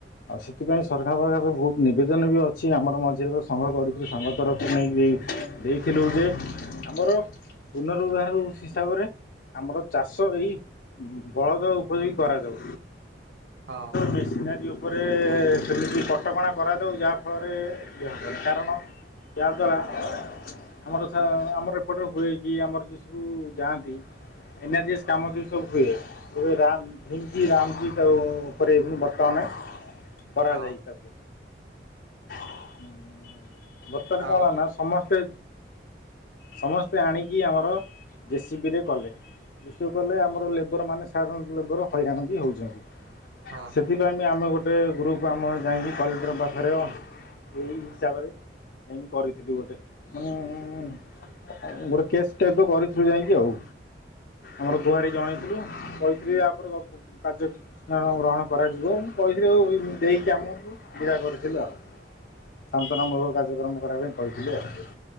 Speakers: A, on the left; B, on the right.
A: ଆଉ ସେଥିପାଇଁ ସରକାରଙ୍କ ପାଖରେ ବହୁତ ନିବେଦନ ବି ଅଛି ଆମର ମଝିରେ ସଂଘ କରିଥିଲୁ ସଂଘ ତରଫରୁ ନେଇକି ଦେଇଥିଲୁ ଯେ ଆମର ପୁନରୁଦ୍ଧାର ହିସାବରେ ଆମର ଚାଷ ଏଇ ବଳଦ ଉପଯୋଗୀ କରାଯାଉ।
B: ହଁ
A: ମେସିନାରୀ ଉପରେ ସେମିତି କଟକଣା କରାଯାଉ ଯାହାଫଳରେ କାରଣ ଯାଦ୍ୱାରା ଆମର ଆମର ଏପଟର ହୁଇକି ଆମର ଯେଉଁ ସବୁ ଯାଆନ୍ତି ଏନର୍ଜି କାମ ଯ ସବୁ ହୁଏ ଭୁବେ ରାମ ଭିମକି ରାମଜି ତାଉ ଉପରେ ଏଇ ଖୁନି ବର୍ତ୍ତମାନ କରାଯାଇ
B: ହଁ
A: ତାକୁ <inaudible> ବର୍ତ୍ତମାନ କଣ
B: ଆଉ
A: ହେଲା
B: ତ
A: ନା ସମସ୍ତେ ସମ ସେ ଆଣିକି ଆମର ଜେସିବି ରେ କଲେ ଜେସିବି କଲେ ଆମର ଲେବର ମାନେ ସାଧାରଣ ଲୋକ ହଇରାନ ବି ହଉଛନ୍ତି
B: ହଁ
A: ସେଥିପାଇଁ ଆମେ ଗୋଟେ ଗୋଟେ ଗ୍ରୁପ ଆମ ଯାଇକି କଲେକ୍ଟର ଙ୍କ ପାଖରେ ଏଇ ହିସାବରେ ଯାଇକି କରିଥିଲୁ ଗୋଟେ ହୁଁ ହୁଁ ହୁଁ। ଗୋଟେ କେସ୍ ଟାଇପ୍ କରିଥିଲୁ ଯାଇକି ଆଉ ଆମର ଗୁହାରୀ ଜଣାଇଥିଲୁ କହିଥିଲି ତାପରେ କାର୍ଯ୍ୟାନୁଷ୍ଠାନ ଗ୍ରହଣ କରାଯିବ ଆଉ କହିଥିଲେ ଆଉ ଦେଇକି ଆମକୁ ଜେରା କରିଥିଲେ ଆଉ। ଶାନ୍ତନାମୂଳକ କାର୍ଯ୍ୟକ୍ରମ କରିବା ପାଇଁ କହିଥିଲେ ଆଉ।